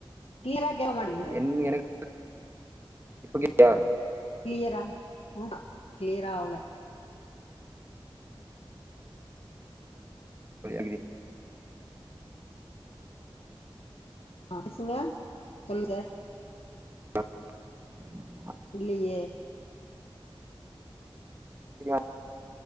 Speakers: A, on the left (about 80°); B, on the right (about 25°).
A: க்ளியரா கேக்க மாட்டேங்கிது
B: என் எனக்கு இப்ப கேக்குதா
A: கிளியரா ஆ கிளியரா ஆவல
B: இப்ப கேக்குது
A: ஆ பேசுங்க சொல்லுங்க
B: ஆ
A: இல்லையே
B: கேக்குதா